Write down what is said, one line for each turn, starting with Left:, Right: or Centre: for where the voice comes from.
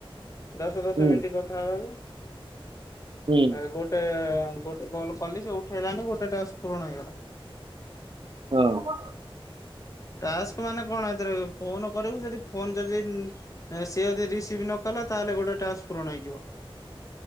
Left: ଦଶ ଦଶ
Right: ହୁଁ
Left: ମିନିଟ କଥା ହବାକୁ।
Right: ହୁଁ
Left: ଆଗରୁ ଗୋଟେ ଗୋଟେ କଲ୍ କଲି ସେ ଉଠେଇଲାନି ଗୋଟେ ଟାସ୍କ ପୂରଣ ହେଇଗଲା।
Right: ହଁ।
Left: ଟାସ୍କ ମାନେ କଣ ଏଥିରେ ଫୋନ କରିବୁ ଯଦି ଫୋନ ଯଦି ନା ସିଏ ଯଦି ରିସିଭ୍ ନ କଲା ତାହେଲେ ଗୋଟେ ଟାସ୍କ ପୂରଣ ହେଇଯିବ।